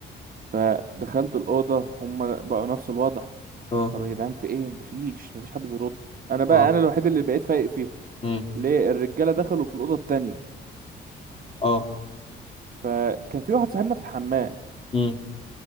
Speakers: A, on the right (about 45°); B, on the left (about 30°).
A: فدخلت الاوضه هم بقوا نفس الوضع
B: اه
A: طب يا جدعان في ايه مفيش مفيش حد بيرد انا بقى
B: اه
A: انا الوحيد اللي بقيت فايق فيهم
B: امم
A: ليه الرجاله دخلوا في الاوضه التانية
B: اه
A: فكان في واحد صاحبنا في الحمام
B: امم